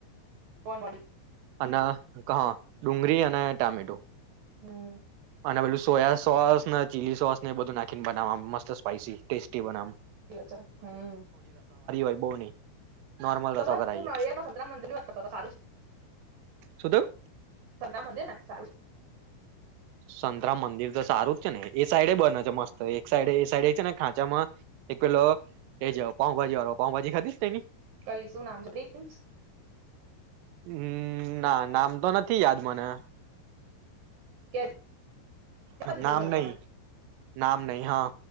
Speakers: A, on the right; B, on the right.
A: ફન વળી.
B: અને કહ ડુંગળી અને ટામેટો.
A: હમ
B: અને પલું સોયા સોસ ને ચીલી સોસને એ બધુ નાખે. ચિકન બનાવ મસ્ત સ્પાયસી ટેસ્ટી બનામ.
A: સાચી વાત છે હમ્મ
B: હોય બહુ નહી નોર્મલ
A: તમારે
B: રસો કરાવીએ
A: તું નળયાર માં સંતરામ મંદિર ની વાત કરતો તો સારું.
B: શું થયું
A: સંગ્ર મંદિર ને સારું
B: સંતરામ મંદિર તો સારું જ છે ને એ સાઈડે બને છે મસ્ત એક સાઈડ એ સાઈડે છે ને ખા જમાં એક પેલો એ જાવ કોણ. વા પાઉ ભાજી ખાધી એની.
A: કઈ શું નામ છે પ્રિન્સ.
B: હમ ના નામ તો ન નથી યાદ મને.
A: કે પછી
B: નામ
A: જેવું એવું
B: નહી.
A: મને
B: નામ નહી હા.